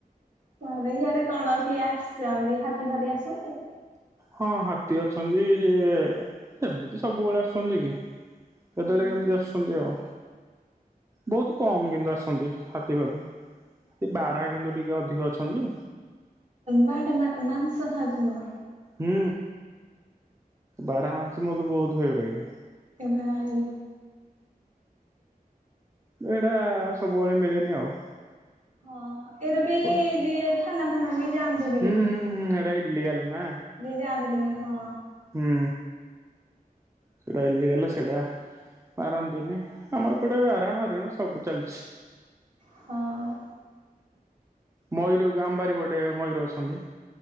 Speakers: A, on the right; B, on the right.
A: <unintelligible> ଇଆଡ କଣ କିଏ ଆସନ୍ତି ହାତୀ ଫାତି ଆସନ୍ତି?
B: ହଁ ହାତୀ ଅଛନ୍ତି ଯେ ସେମିତି ସବୁବେଳେ ଆସନ୍ତି କି। କେତେବେଳେ
A: ହୁଁ
B: କେମିତି ଆସୁଚନ୍ତି ଆଉ ବୋହୁତ କମ୍ କିନ୍ତୁ ଆସନ୍ତି ହା ତୀ ଫାତୀ ବାରାହା କିନ୍ତୁ ଟିକେ ଅଧିକ ଅଛନ୍ତି।
A: ବାରାହା ମା-ମାଂସ ଖାଉଥିବ।
B: ହୁଁ ବାରହା ମାଂସ ମୋତେ ବୋହୁତ ଫେବରାଇଟ୍।
A: ଏ ଭାଇ।
B: ଏଇଡା ସବୁବେଳେ ମିଳେନି ଆଉ।
A: ହଁ ଏଇରା ବି
B: ହୁଁ
A: ଯି ଥାନା ଫାନା ବି ଜାଆନ୍ତିନି।
B: ହୁଁ ହୁଁ ହେଡା ଇଲିଗାଲ୍ ନା।
A: ଯିଏ ଜାଣିଲି ହଁ।
B: ହୁଁ। ସେଟା ଇଲିଗାଲ୍ ସେଟା ମାରନ୍ତିନି। ଆମ ଏପଟେ ବାରାହା ହରିଣ ସବୁ ଚାଲିଚି।
A: ହଁ।
B: ମୟୂର ଆମ ବାରି ପଟେ ମୟୂର ଅଛନ୍ତି।